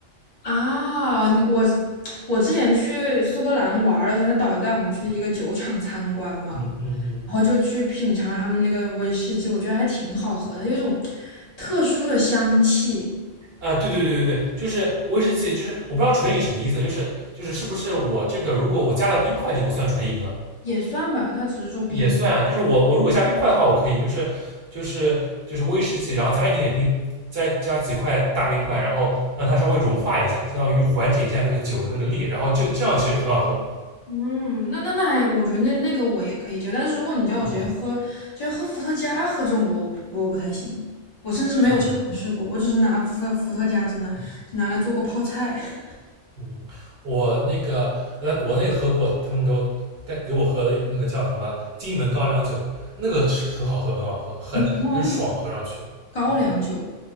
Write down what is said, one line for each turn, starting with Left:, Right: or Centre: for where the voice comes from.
Left: 啊，你我我之前去苏格兰玩儿的时候，那导游带我们去一个酒厂参观嘛，
Right: 嗯嗯嗯，
Left: 然后就去品尝他们那个威士忌，我觉得还挺好喝的，它有一种特殊的香气，
Right: 啊，对对对对对，就是威士忌，就是我不知道纯饮什么意思，就是就是是不是我这个如果我加了冰块就不算纯饮了？
Left: 也算吧，它只是说冰。
Right: 也算啊，就是我我如果加冰块的话，我可以就是就是就是威士忌，然后加一点点冰，再加几块大冰块，然后让它稍微融化一下，相当于缓解一下那个酒的那个烈，然后就这样其实就很好喝。
Left: 嗯，那那那还，我觉得那那个我也可以接受但是如果你叫我直接喝，
Right: 嗯
Left: 直接喝伏特加喝这种，我不我不太行，我甚至没有尝试过，
Right: 嗯
Left: 我只是拿部分伏特加只拿只拿来做过泡菜，
Right: 嗯
Left: <laughs> 什
Right: 嗯，我那个我在国内喝过，他们给我带给我喝了一个那个叫什么金门高粱酒，那个是很好喝，很好喝，很很爽，
Left: 么玩意儿？
Right: 喝上去。
Left: 高粱酒，
Right: 嗯，